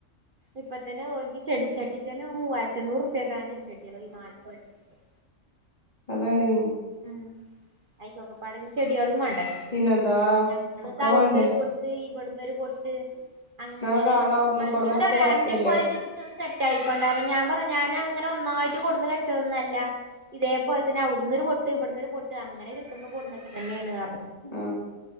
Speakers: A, on the right; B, on the left.
A: ഇപ്പത്തന്നെ ഒരു ചെടിച്ചട്ടിക്കന്നെ മൂവായിരത്തെണ്ണൂറു <unintelligible> ചെടികളീ നാൽപതു <unintelligible>
B: അതാണീ
A: ഉം അയ്ക്കൊക്കെപ്പാടെ നീ ചെടികളും വാങ്ങി.
B: പിന്നെന്താ
A: ഞങ്ങളിതവിടുന്നൊരു
B: ഒക്കെ വാണ്ടേ
A: പൊട്ടീ വിടുന്നൊരു പൊട്ട് അങ്ങനെ.
B: ന്നാ കാണാ അവ്ട്ന്നും
A: അന്നോടാ
B: ഇബട്ന്നൊക്കെ ഇതാക്കല്ലേ
A: രണ്ടു കൊലചിര്ച്ചോ സെറ്റായ്ക്കൊണ്ടാന്ന്‌. ഞാൻ പറഞ്ഞ് ഞാനങ്ങനെ ഒർണ്ണവായിട്ട് കൊണ്ടുന്നുവച്ചതൊന്നുവല്ല ഇതേ പോലെത്തന്നെ അവിടുന്നു ഒരു പൊട് തിവിടുന്നൊരു പൊട്ട് അങ്ങനെ കിട്ടുമ്പം കൊണ്ടുന്നുവച്ച തന്നെന്നുപറഞ്.
B: ആ